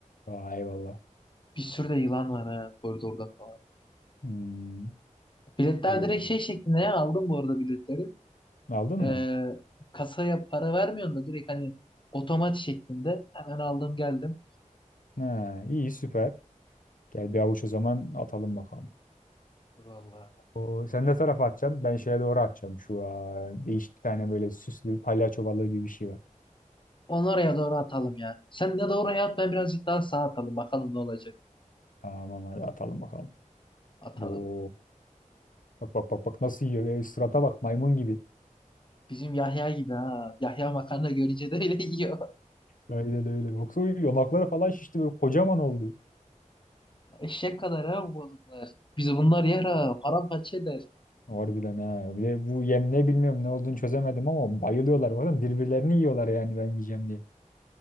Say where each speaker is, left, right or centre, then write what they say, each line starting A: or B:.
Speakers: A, on the left; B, on the left.
A: Vay eyvallah.
B: Bir sürü de yılan var ha koridorda falan.
A: Hmm.
B: Biletler
A: Oo.
B: direkt şey şeklinde ya aldım bu arada biletleri.
A: Aldın mı?
B: Ee, kasaya para vermiyorsun da direkt hani otomat şeklinde hemen aldım geldim.
A: Ha, iyi süper. Gel bir avuç o zaman atalım bakalım.
B: Dur Vallahi.
A: Oo, sen ne tarafa atacaksın? Ben şeye doğru atacağım. Şu aa, değişik bir tane böyle süslü palyaço balığı gibi bir şey var.
B: Onu oraya doğru atalım ya. Sen de de at ben birazcık daha sağa atalım bakalım ne olacak.
A: Tamam hadi atalım bakalım.
B: Atalım.
A: Oo. Bak bak bak bak nasıl yiyor. Böyle sırata bak maymun gibi.
B: Bizim Yahya gibi ha. Yahya makarna görünce de öyle yiyor.
A: Öyle öyle. Yoksa yanakları falan şişti böyle kocaman oldu.
B: <laughs> Eşek kadar ha bu balıklar. Biz bunlar yer ha. Paramparça eder.
A: Harbiden ha. Bir de bu yem ne bilmiyorum ne olduğunu çözemedim ama bayılıyorlar bazen birbirlerini yiyorlar yani ben yiyeceğim diye.